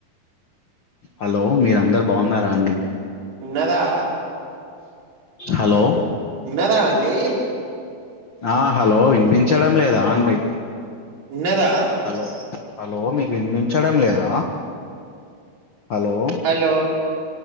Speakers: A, on the left (about 65°); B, on the right (about 85°).
A: హలో మీరందరు బావున్నర అండి
B: ఉన్నదా
A: హలో
B: నద అండి
A: అ హలో వినిపించడం లేదా అండి
B: తిన్నారా
A: హలో హలో మీకు వినిపించడం లేదా hello
B: hello